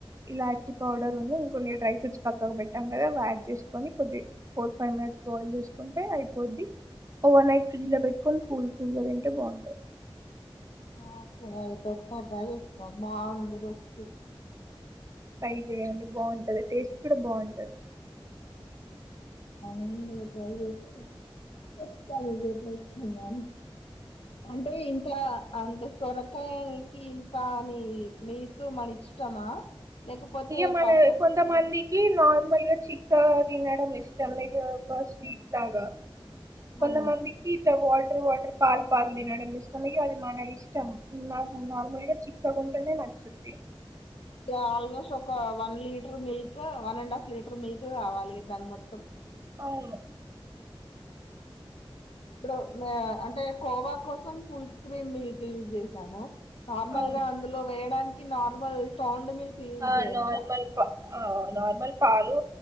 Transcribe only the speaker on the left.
ఆ ఒకసారైతే ఒకసారి ట్రై చేస్తా బాగుంది రెసిపీ
ఊ <unintelligible> చెప్తాడు ఇగ తెచ్చిండని అంటే ఇంట్లా అంత సొరకాయనికి ఇంత అని మీకు మన ఇష్టమా లేకపోతే
పర్ఫెక్ట్
అవును
ఇగ ఆల్మోస్ట్ ఒక one litre milk one and half litre milk కావాలి దాని మొత్తం
ఇప్పుడు అంటే కోవా కోసం ఫుల్ క్రీమ్ మిల్క్ యూజ్ చేసాము నార్మల్
గా అందులో వేయడానికి నార్ ర్మల్ సౌండ్ మిల్ క్ యూజ్
చెయ్యొచ్చా